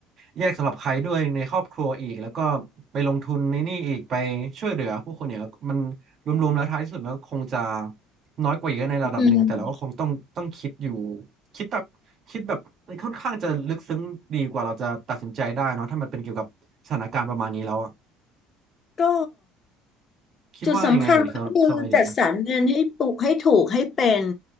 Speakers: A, on the right (about 50°); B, on the left (about 40°).
A: แยกสำหรับใครด้วยในครอบครัวอีกแล้วก็ไปลงทุนในนี่อีกไปช่วยเหลือผู้คนเนี่ยมันรวมๆแล้วท้ายที่สุดมันก็คงจะ น้อยกว่าเยอะในระดับหนึ่งแต่เราก็คงต้องต้องคิดอยู่
B: อืม
A: คิดแบบคิดแบบค่อนข้างจะลึกซึ้งดีกว่าเราจะตัดสินใจได้เนอะถ้ามันเป็นเกี่ยวกับสถานการณ์ประมาณนี้แล้วอะ
B: ก็
A: คิดว่ายังไงเอ่ยสำหรับสำหรับไอเดียนะ
B: จุดสำคัญก็คือจัดสรรเงินให้ปลูกให้ถูกให้เป็น